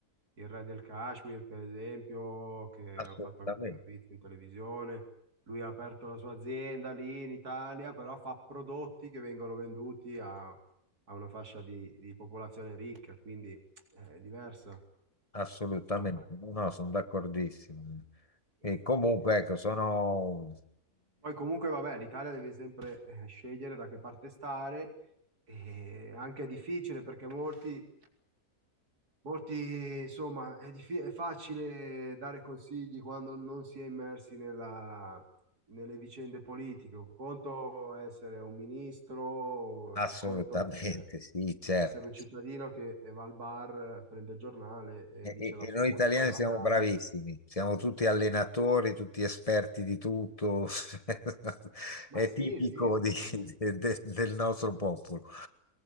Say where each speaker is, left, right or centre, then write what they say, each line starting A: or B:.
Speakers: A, on the right; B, on the left.
A: il re del Kashmir, per esempio, che
B: assolutamente,
A: hanno fatto anche un servizio in televisione. Lui ha aperto la sua azienda lì in Italia, però fa prodotti che vengono venduti a, a una fascia di, di popolazione ricca, quindi eh, è diversa.
B: assolutamente.
A: Insomma,
B: No, no, sono d'accordissimo.
A: eh,
B: E comunque,
A: eh,
B: ecco, sono
A: Poi comunque vabbè, l'Italia deve sempre eh, scegliere da che parte stare e anche è difficile perché molti, molti insomma, è, diffi- è facile dare consigli quando non si è immersi nella- nelle vicende politiche. Un conto è essere un ministro,
B: Assolutamente,
A: un conto è essere,
B: sì, certo.
A: essere un cittadino che va al bar, prende il giornale e
B: E,
A: dice
B: e-
A: la
B: e
A: sua,
B: noi italiani
A: poi va
B: siamo
A: a casa.
B: bravissimi, siamo tutti allenatori, tutti esperti di tutto, <laughs>
A: Ma
B: è
A: sì,
B: tipico
A: sì, sì,
B: di-
A: siamo...
B: de- de- del nostro popolo.